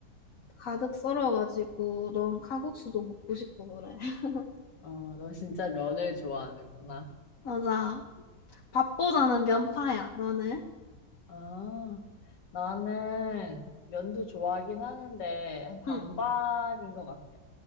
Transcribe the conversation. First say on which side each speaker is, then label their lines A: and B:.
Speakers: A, on the left; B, on the left.
A: 가득 썰어가지고, 넌 칼국수도 먹고 싶고 그래. <laughs>
B: 어, 넌 진짜 면을 좋아하는구나.
A: 맞아. 밥보다는 면파야, 너는?
B: 아, 나는 면도 좋아하긴 하는데 반반인
A: 응.
B: 것 같아.